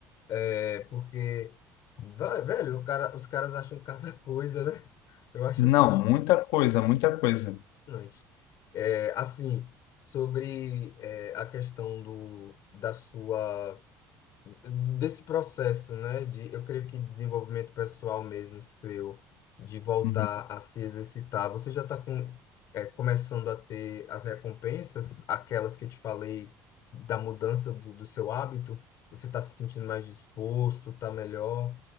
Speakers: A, on the left (about 55°); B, on the left (about 85°).
A: É, porque, vai- velho, o cara, os caras acham cada coisa, né? Eu acho
B: Não,
A: assim,
B: muita coisa, muita coisa.
A: impressionante. É, assim, sobre é, a questão do, da sua. desse processo, né, de eu creio que desenvolvimento pessoal mesmo seu, de voltar
B: Uhum.
A: a se exercitar. Você já está com, é, começando a ter as recompensas, aquelas que eu te falei da mudança do, do seu hábito? Você está se sentindo mais disposto, está melhor?